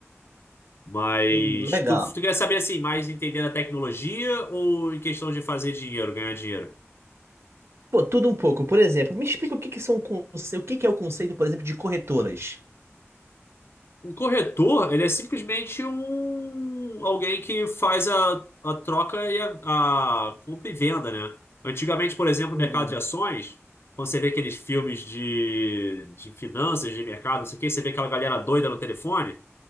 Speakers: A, on the left; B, on the right.
A: Mas
B: Legal.
A: tu, tu quer saber assim, mais entender a tecnologia ou em questão de fazer dinheiro, ganhar dinheiro?
B: Pô, tudo um pouco. Por exemplo, me explica o que que são conce- o que que é o conceito, por exemplo, de corretoras.
A: Um corretor, ele é simplesmente um alguém que faz a, a troca e a, a compra e venda, né? Antigamente, por exemplo, no
B: Uhum.
A: mercado de ações, quando você vê aqueles filmes de, de finanças, de mercado, não sei o quê, você vê aquela galera doida no telefone,